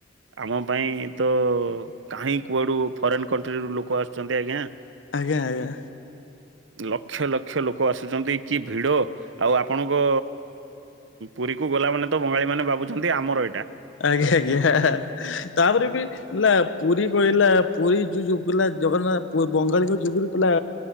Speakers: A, on the right (about 70°); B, on the left (about 75°).
A: ଆମ ପାଇଁ ତ କାହିଁ କୁଆଡୁ ଫରେନ କଣ୍ଟ୍ରିରୁ ଲୋକ ଆସୁଛନ୍ତି ଆଜ୍ଞା।
B: ଆଜ୍ଞା ଆଜ୍ଞା।
A: ଲକ୍ଷ ଲକ୍ଷ ଲୋକ ଆସୁଛନ୍ତି କି ଭିଡ଼ ଆଉ ଆପଣଙ୍କ ପୁରୀକୁ ଗଲା ମାନେ ତ ବଙ୍ଗାଳୀମାନେ ଭାବୁଛନ୍ତି ଆମର ଏଇଟା।
B: ଆଜ୍ଞା ଆଜ୍ଞା ତାପରେ ବି ବୁଲା ପୁରୀ କହିଲା ପୁରୀ ଯୋଉ ଯୁଗଲା ଜଗନ୍ନାଥ ବଙ୍ଗାଳୀଙ୍କ ଯୁଗରେ ପିଲା